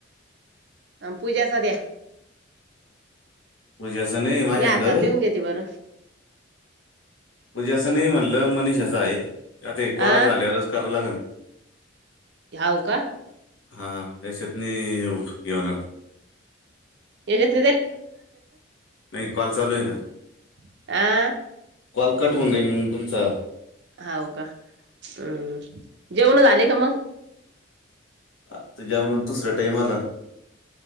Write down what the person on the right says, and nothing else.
अन् पूजाचा दया.
मी हातावर लिहून घेते बरं.
अ
ह्याव का?
याच्यात
<unintelligible> आ?
हव का? हम्म जेवण झाले का मग?